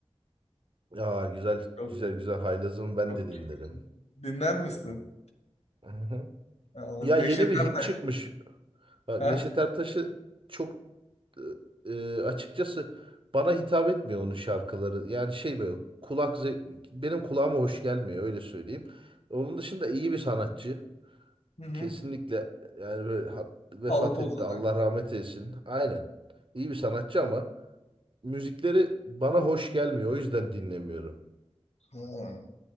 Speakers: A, on the right; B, on the left.
A: Aa, güzel
B: Çok
A: güzel güzel Haylaz'ım ben
B: çok
A: de dinlerim.
B: dinler misin?
A: Hı hı.
B: Aa,
A: Ya
B: Neşet
A: yeni bir hit
B: Ertaş.
A: çıkmış. Bak,
B: Ha?
A: Neşet Ertaş'ı çok e, e, açıkçası bana hitap etmiyor onun şarkıları. Yani şey böyle kulak ze- benim kulağıma hoş gelmiyor öyle söyleyeyim. Onun dışında iyi bir sanatçı.
B: Hı hı.
A: Kesinlikle yani ve- hat- vefat
B: Halk ozanı.
A: etti. Allah rahmet eylesin. Aynen. İyi bir sanatçı ama müzikleri bana hoş gelmiyor. O yüzden dinlemiyorum.
B: Ha.